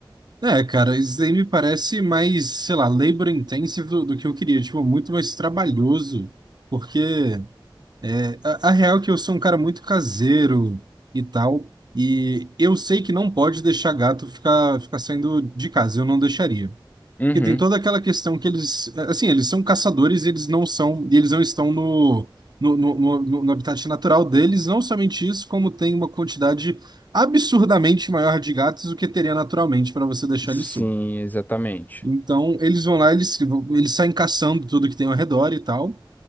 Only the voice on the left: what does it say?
Uhum.
Sim,
exatamente.